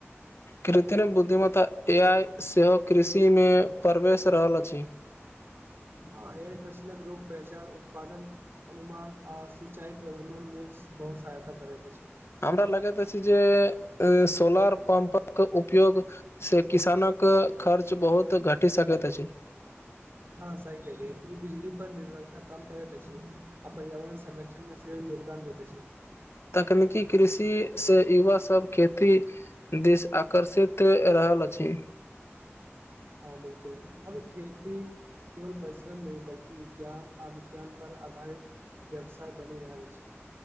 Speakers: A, on the left; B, on the right.
A: कृत्रिम बुद्धिमत्ता ए आइ सेहो कृषिमे प्रवेश रहल अछि
B: हँ एहि फसलक रोग पहचान उत्पादन अनुमान आ सिंचाई प्रबंधन मे स बहुत सहायता करकेँ अछि
A: हमरा लगैत अछि जे सोलर पम्पक उपयोग से किसानक खर्च बहुत घटि सकैत अछि
B: हँ सही केलियै ई बिजली पर निर्भरता कम करते अछि आ पर्यावरण संगरक्षण मे सेहो योगदान दैते अछि
A: तकनीकी कृषि से युवा सब खेती देिश आकर्षित रहल अछि
B: हँ बिल्कुल अब खेती केवल परिश्रम नहि बल्कि ज्ञान अ विज्ञान पर आधारित व्यवसाय बनि गैल अछि